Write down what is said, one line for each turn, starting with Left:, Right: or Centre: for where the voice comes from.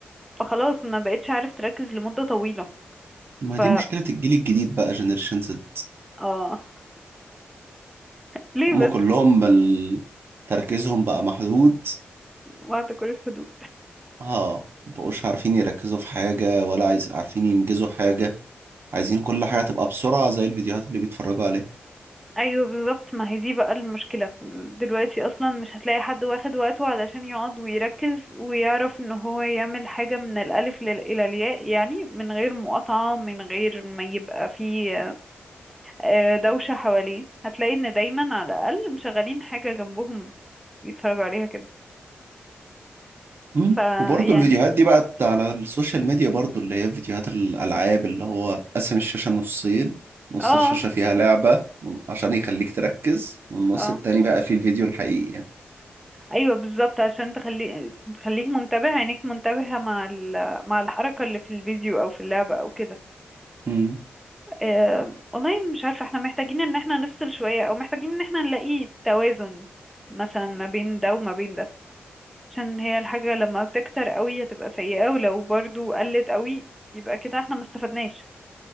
Centre: فخلاص ما بقتش عارف تركز لمدة طويلة
Right: ما
Centre: ف
Right: دي مشكلة الجيل الجديد بقى جنريشن زد
Centre: اه <laughs> ليه
Right: هما
Centre: بس
Right: كلهم بل... تركيزهم بقى محدود
Centre: بعد كل الحدود
Right: اه مبقوش عارفين يركزوا في حاجة ولا عايز عارفين ينجزوا حاجة عايزين كل حاجة تبقى بسرعة زي الفيديوهات اللي بيتفرجوا عليها
Centre: ايوه بالظبط ما هي دي بقى المشكلة دلوقتي اصلا مش هتلاقي حد واخد وقته علشان يقعد ويركز ويعرف ان هو يعمل حاجة من الالف لل- الى الياء يعني من غير مقاطعة من غير ما يبقى فيه آه، دوشة حواليه هتلاقي ان دايما على الاقل مشغلين حاجة جنبهم يتفرجوا عليها كده
Right: مم.
Centre: فيعني
Right: وبرضه الفيديوهات دي بقت على السوشيال ميديا برضه اللي هي فيديوهات الألعاب اللي هو قسم الشاشة نصين نص
Centre: اه
Right: الشاشة فيها لعبة عشان يخليك تركز والنص
Centre: اه
Right: التاني بقى فيه الفيديو الحقيقي يعني.
Centre: ايوه بالظبط عشان تخلي تخليك منتبه عينيك منتبهة مع ال... مع الحركة اللي في الفيديو او في اللعبة او كده
Right: مم.
Centre: آه، والله مش عارفة احنا محتاجين ان احنا نفصل شوية او محتاجين ان احنا نلاقي توازن مثلا ما بين ده وما بين ده عشان هي الحاجة لما تكتر قوي هتبقى سيئة ولو برضو قلت قوي يبقى كده احنا ما استفدناش